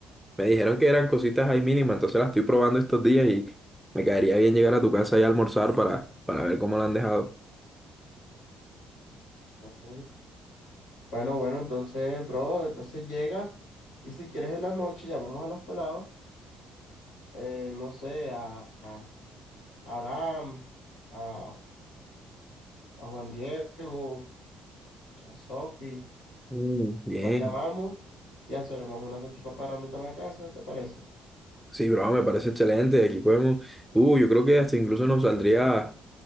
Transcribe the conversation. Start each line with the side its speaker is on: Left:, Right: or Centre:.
Centre: Me dijeron que eran cositas ahí mínimas, entonces las estoy probando estos días y me caería bien llegar a tu casa y almorzar para, para ver cómo la han dejado.
Left: Ujú. Bueno, bueno, entonces, bro, entonces llega y si quieres en la noche llamamos a los pelados, eh, no sé, a... a- a Abraham, a, a Juan Diego, a Sofi.
Centre: Mm, Bien,
Left: Los llamamos y hacemos una salchipapa grandota en la casa, ¿te parece?
Centre: sí, bro, me parece excelente. Aquí podemos, uh, yo creo que hasta incluso nos saldría.